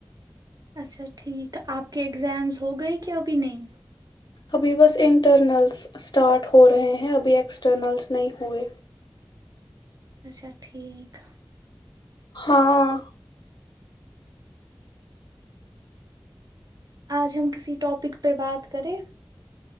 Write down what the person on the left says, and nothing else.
ابھی بس انٹرنلس اسٹارٹ ہو رہے ہیں ابھی ایکسٹرنلس نہیں ہوئے
ہاں <unintelligible>